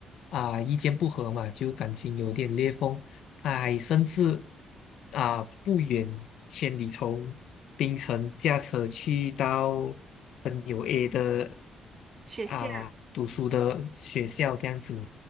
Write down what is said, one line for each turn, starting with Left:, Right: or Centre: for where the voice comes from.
Left: 啊、意见不合嘛，就感情有点裂缝，他还甚至啊、不远千里从槟城驾车去到朋友 A 的
Right: 雪线啊
Left: 啊、读书的学校这样子，